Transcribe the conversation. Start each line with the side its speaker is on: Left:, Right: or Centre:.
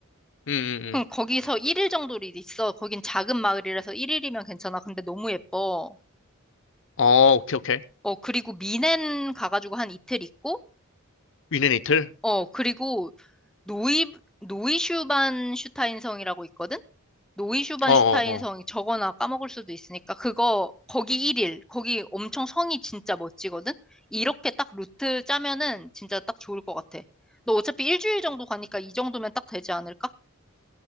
Left: 음. 음,
Centre: 그럼
Left: 음.
Centre: 거기서 1일 정도를 있어. 거긴 작은 마을이라서 1일이면 괜찮아. 근데 너무 예뻐.
Left: 어 오케이 오케이.
Centre: 어, 그리고 미넨 가가지고 한 이틀 있고,
Left: 위넨 이틀.
Centre: 어, 그리고 노이, 노이슈반슈타인성이라고 있거든? 노이슈반슈타인성이
Left: 어어어. 어, 어,
Centre: 저거나 까먹을 수도 있으니까, 그거, 거기 1일, 거기 엄청 성이 진짜 멋지거든? 이렇게 딱 루트 짜면은 진짜 딱 좋을 것 같아. 너 어차피 일주일 정도 가니까 이 정도면 딱 되지 않을까?